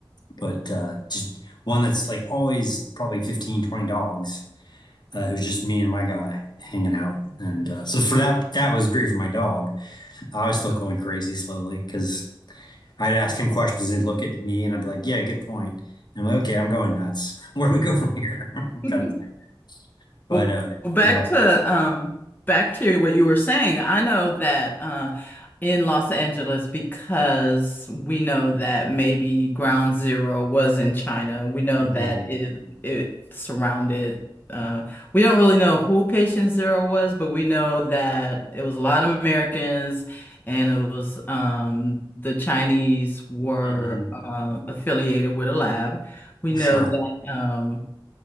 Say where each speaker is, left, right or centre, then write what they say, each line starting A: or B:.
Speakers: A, on the left; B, on the left.
A: But uh, just one that's like always probably 15 20 dogs. Uh, it was just me and my guy hanging out, and uh, so for that, that was great for my dog. I was still going crazy slowly because I'd ask him questions, and he'd look at me, and I'd be like, "Yeah, good point." And I'm like, "Okay, I'm going nuts. <laughs> Where do we go from here?" <laughs>
B: huh?
A: kind of thing. But
B: Well,
A: uh,
B: well, back
A: yeah,
B: to um, back to what you were saying. I know that uh, in Los Angeles, because we know that maybe Ground Zero was in China. We know
A: hmm
B: that it it surrounded. Uh, we don't really know who Patient Zero was, but we know that it was a lot of Americans, and it was um, the Chinese were
A: hmm
B: uh, affiliated with a lab. We know
A: sure,
B: that. Um,